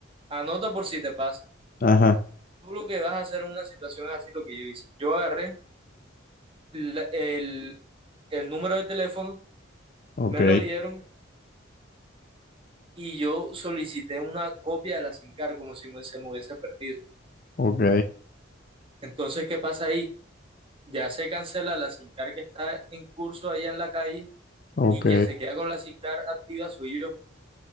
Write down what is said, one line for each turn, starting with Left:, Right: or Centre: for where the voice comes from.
Right: anota por si te pasa.
Left: Ajá.
Right: Tú lo que vas a hacer en una situación es así lo que yo hice. Yo agarré la- el, el número de teléfono,
Left: Ok,
Right: me lo dieron y yo solicité una copia de la SINCAR como si me- se me hubiese perdido.
Left: ok,
Right: Entonces, ¿qué pasa ahí? Ya se cancela la SINCAR que está en curso allá en la calle
Left: ok,
Right: Y quien se queda con la SINCAR activa soy yo.